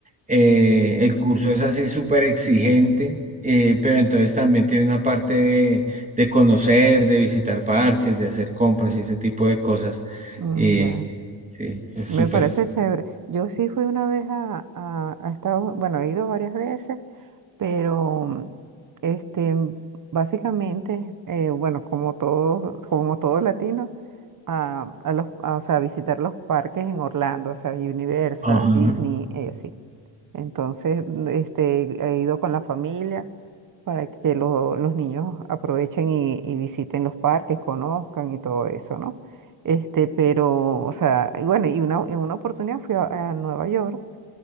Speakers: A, on the right; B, on the right.
A: eh, el curso es así súper exigente, eh, pero entonces también tiene una parte de, de conocer, de visitar parques, de hacer compras y ese tipo de cosas.
B: mm,
A: Y
B: ya.
A: sí, es
B: Me
A: súper.
B: parece chévere. Yo sí fui una vez a, a, a Estados, bueno, he ido varias veces, pero mm, este, básicamente, eh, bueno, como todos, como todo latino, a, a los, a, o sea, visitar los parques en Orlando, o sea, Universal,
A: Ajá.
B: Disney, y así. Entonces, mm, este, he ido con la familia para que lo- los niños aprovechen y, y visiten los parques, conozcan y todo eso, ¿no? Este, pero, o sea, y bueno, y una, en una oportunidad fui a, a Nueva York